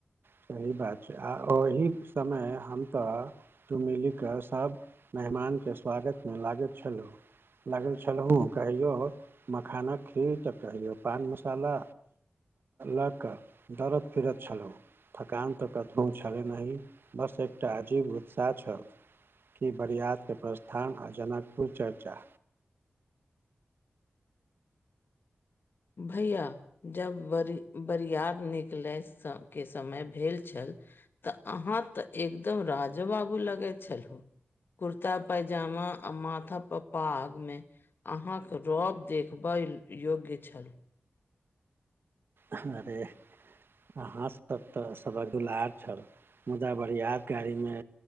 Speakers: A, on the right; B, on the left.
A: सही बात छै आ ओही समय हम त, तू मिलि क सब मेहमान के स्वागत मे लागैत छलहु, लागल छलहुँ कहियौ मखानक खीर त कहियौ पान मसाला! ला क दरद फिरत छलहु <unintelligible> थकान त कतहु छलै नही बस एकटा अजीब उत्साह छल! की बरियातके प्रस्थान आ जनकपुर चर्चा?
B: भैया? जब बरि- बरियार निकलय के समय भेल छल? आहाँ त एकदम राजो बाबू लगै छलहु! कुरता पजामा आ माथा पे पगमे, आहाँक रौब देखबय योग्य छल!
A: अरे आहाँ सब त सबक दुलार छल! मुदा बरियात गाड़ी मे